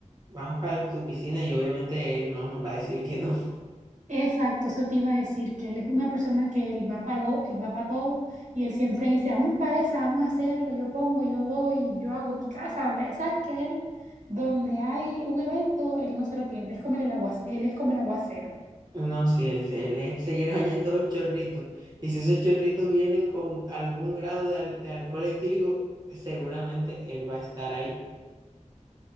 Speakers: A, on the right; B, on the right.
A: vamos para tu piscina y obviamente él no nos va a decir que no.
B: Exacto, eso te iba a decir, que él es una persona que él va para él va pa' todo y él siempre dice, vamos para esa, vamos a hacerlo, yo pongo, yo doy, yo hago mi casa. Sabes que él, donde hay un evento, él no se lo pierde, es como el, agua, él es como el aguacero.
A: No, sí, él, se él él se quiere bañar en todos los chorritos. Y si esos chorritos vienen con algún grado de, al- de alcohol etílico, seguramente él va a estar ahí.